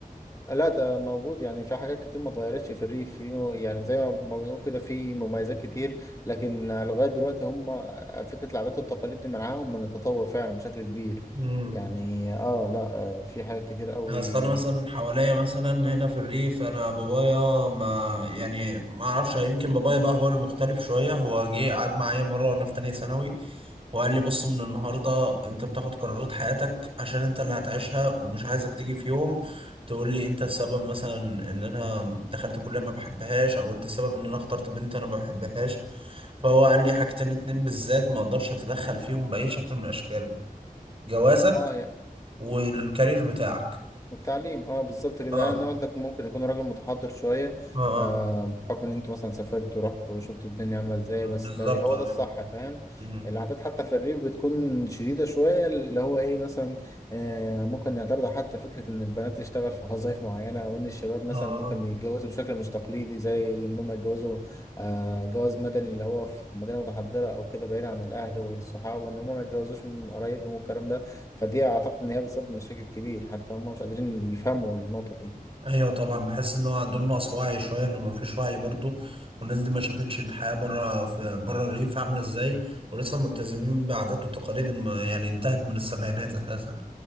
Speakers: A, on the left; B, on the right.
A: لا ده موجود يعني في حاجات كتير ما اتغيرتش في الريف في مو- يعني زي ما ما بنقول كده في مميزات كتير لكن لغاية دلوقتي هم فكرة العادات والتقاليد دي منعاهم من التطور فعلا بشكل كبير
B: مم.
A: يعني اه لا آه في حاجات كتير قوي
B: اصل انا مثلا
A: في-
B: حواليا مثلا هنا في الريف انا بابايا ما يعني ما اعرفش يمكن بابايا بقى هو المختلف شويه هو جه قعد معايا مره وانا في تانية ثانوي وقال لي بص من النهارده انت بتاخد قرارات حياتك عشان انت اللي هتعيشها ومش عايزك تيجي في يوم تقول لي انت السبب مثلا ان انا دخلت كليه ما بحبهاش او انت السبب ان انا اخترت بنت انا ما بحبهاش فهو قال لي حاجتين اتنين بالذات ما اقدرش اتدخل فيهم باي شكل من الاشكال جوازك
A: اه يعني
B: والكارير بتاعك
A: التعليم اه بالظبط كده
B: اه
A: يعني والدك ممكن يكون راجل متحضر شويه
B: اه اه
A: آه بحكم ان انتوا مثلا سافرت ورحت وشفت الدنيا عامله ازاي بس
B: بالظبط
A: ده هو
B: اه
A: ده الصح فاهم
B: مم.
A: العادات حتى في الريف بتكون شديده شويه اللي هو ايه مثلا آه ممكن نعترض حتى فكره ان البنات تشتغل في وظائف معينه او ان الشباب مثلا
B: اه
A: ممكن يتجوزوا بشكل مش تقليدي زي ان هم يتجوزوا آه جواز مدني اللي هو في مدينه متحضره او كده بعيد عن الاهل والصحاب وان هم ما يتجوزوش من قرايبهم والكلام ده فدي اعتقد ان هي بتسبب مشاكل كبير حتى هم مش قادرين يفهموا النقطه دي
B: ايوه طبعا بحس ان هو عندهم نقص وعي شويه انه ما فيش وعي برضو والناس دي ما شافتش الحياه بره في بره الريف عامله ازاي ولسه ملتزمين بعادات وتقاليد الم- يعني انتهت من السبعينات اساسا